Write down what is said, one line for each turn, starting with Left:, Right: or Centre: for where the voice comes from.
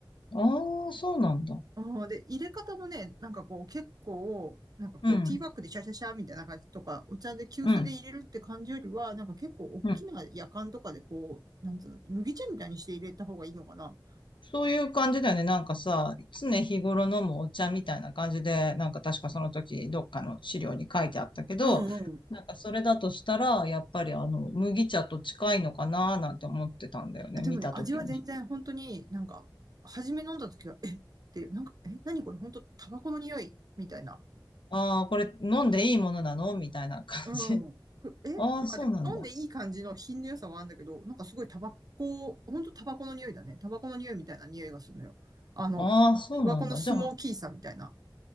Left: ああ、そうなんだ。
Right: ああ、で、入れ方もね、なんかこう結構、なんかこうティーバッグでシャシャシャみたいな感じとか、
Left: うん。
Right: お茶で急須で入れるって感じよりは、
Left: うん。
Right: なんか結構大きなやかんとかでこう、
Left: うん。
Right: なんつうの、麦茶みたいにして入れた方がいいのかな。
Left: そういう感じだよね。なんかさ、常日頃飲むお茶みたいな感じで、なんか確かその時どっかの資料に書いてあったけど、
Right: うんうん。
Left: なんかそれだとしたら、やっぱりあの、麦茶と近いのかななんて思ってたんだよね。
Right: でもね、
Left: 見た時に。
Right: 味は全然本当になんか、初め飲んだ時は、えっていう、なんか、え、何これ本当タバコの匂いみたいな。
Left: ああ、これ飲んでいいものなのみたいな感じ。
Right: うん。くえ、
Left: <laughs> ああ、
Right: まあでも飲んでいい感じの品の良さはあるんだけど、
Left: そうなんだ。
Right: なんかすごいタバコ、ほんとタバコの匂いだね。タバコの匂いみたいな匂いがするのよ。あの、
Left: ああ、そうなんだ。
Right: タバコのスモーキーさみたいな。
Left: じゃあ、